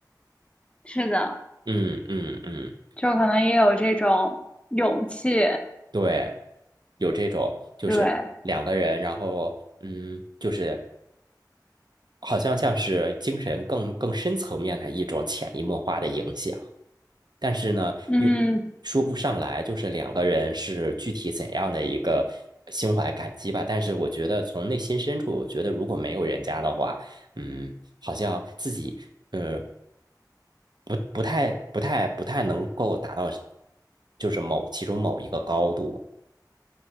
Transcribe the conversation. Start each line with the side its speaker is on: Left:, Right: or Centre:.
Left: 是的，
Right: 嗯嗯嗯，
Left: 就可能也有这种勇气。
Right: 对，有这种就是两个人，
Left: 对，
Right: 然后嗯，就是好像像是精神更更深层面的一种潜移默化的影响，但是呢，
Left: 嗯，
Right: 又说不上来，就是两个人是具体怎样的一个心怀感激吧。但是我觉得从内心深处，我觉得如果没有人家的话，嗯，好像自己呃不不太不太不太能够达到，就是某其中某一个高度。